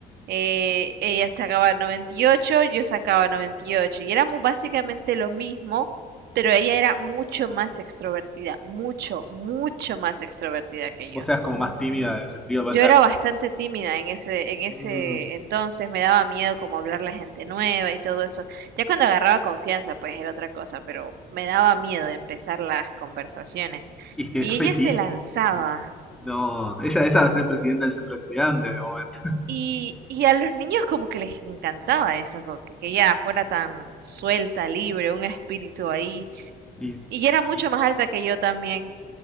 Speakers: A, on the right; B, in the centre.
A: Eh, ella sacaba 98, yo sacaba 98. Y ocho. Y éramos básicamente lo mismo, pero ella era mucho más extrovertida, mucho, mucho más extrovertida que
B: Vos
A: yo.
B: seas como más tímida en el sentido, vos
A: Yo
B: seas
A: era
B: como.
A: bastante tímida en ese, en ese
B: "Mm".
A: entonces, me daba miedo como hablarle a gente nueva y todo eso. Ya cuando agarraba confianza, pues era otra cosa, pero me daba miedo empezar las conversaciones.
B: Y es que
A: Y
B: es
A: ella
B: re difícil.
A: se lanzaba.
B: sí. No, ella esa va a ser presidenta del centro de estudiantes de momento.
A: Y, y a los niños como que les encantaba eso, como que, que ella fuera tan suelta, libre, un espíritu ahí.
B: Y,
A: Y era mucho
B: y
A: más alta que yo también,